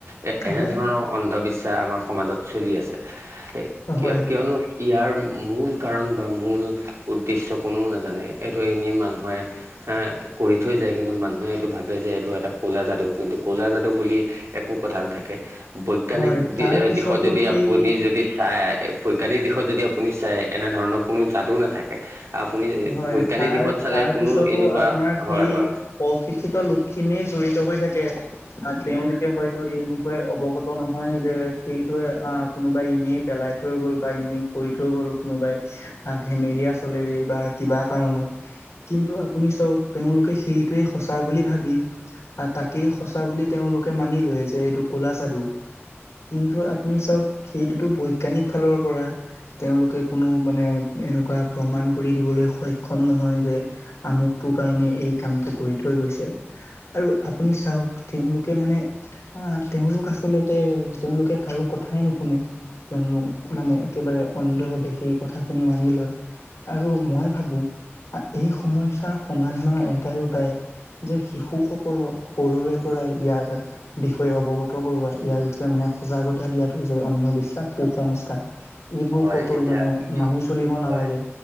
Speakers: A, on the right; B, on the left.
A: এ এনেধৰণৰ
B: হয়
A: অন্ধবিশ্বাস ইচ্ছা আমাৰ সমাজত চলি আছে এই কিয়
B: হয়
A: কিয়নো ইয়াৰ মূল কাৰণ বা মূল উদ্দেশ্য কোননেও নাজানে এইটো এনেই মানুহে এ কৰি থৈ যায় কিন্তু মানুহে এইটো ভাবে যে এইটো এটা কলা যাদু কিন্তু কলা যাদু বুলি একো কথা নাথাকে বৈজ্ঞানিক
B: হয়
A: দি
B: তাৰ পিছতো
A: দিশত যদি
B: সেই
A: আপুনি যদি চাই বৈজ্ঞানিক দিশত যদি আপুনি চাই এনে ধৰণৰ কোনো যাদু নাথাকে। আপুনি
B: হয়
A: বৈজ্ঞানিক
B: তাৰ
A: দিশত চালে
B: তাৰ
A: কোনো
B: পিছতো
A: এনেকুৱা
B: আপোনাৰ সেই
A: হয় হয়
B: অশিক্ষিত লোক খিনিয়ে জৰিত হৈ থাকে। তেওঁলোকে হয়তো এই বিষয়ে অৱগত নহয় যে সেইটোয়ে আহ কোনোবাই এনেই পেলাই থৈ গ'ল বা এনেই কৰি থৈ গ'ল কোনোবাই আহ ধেমেলীয়া চলেৰে বা কিবা কাৰণত কিন্তু আপুনি চওক তেওঁলোকে সেইটোৱে সঁচা বুলি ভাবি তাকেই সঁচা বুলি তেওঁলোকে মানি লয় যে এইটো কলা যাদু। কিন্তু আপুনি চাওক সেইটোতো বৈজ্ঞানিক ফালৰ পৰা তেওঁলোকে কোনো মানে এনেকুৱা প্ৰমাণ কৰি দিবলৈ সক্ষম নহয় যে আমুকটো কাৰণে এই কামটো কৰি থৈ গৈছে। আৰু আপুনি চাওক তেওঁলোকে মানে আহ তেওঁলোক আচলতে তেওঁলোকে কাৰো কথাই নুশুনে। তেওঁলোক মানে একেবাৰে অন্ধ ভাৱে সেই কথাখিনি মানি লয় আৰু মই ভাবো এই সমস্যাৰ সমাধানৰ এটাই উপায়। যে শিশুসকলক সৰুৰে পৰাই ইয়াৰ বিষয়ে অৱগত কৰোৱা ইয়াৰ বিষয়ে মানে সজাগতা দিয়াতটো যে অন্ধবিশ্বাস কু-সংস্কাৰ। এইবোৰ
A: হয়
B: সকলো
A: এতিয়া
B: মানে মানি চলিব নালাগে
A: হয়